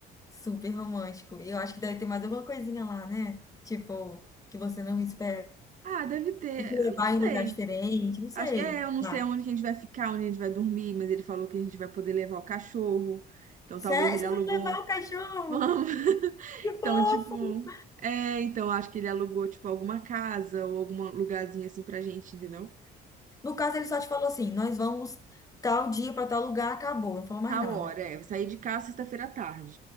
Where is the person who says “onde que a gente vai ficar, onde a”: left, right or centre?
Right